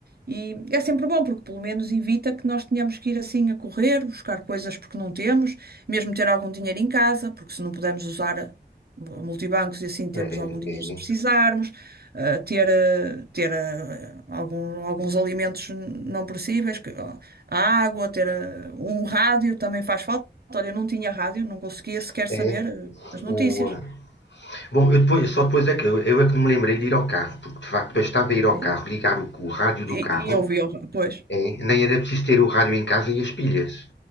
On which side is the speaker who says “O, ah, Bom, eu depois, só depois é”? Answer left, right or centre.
Left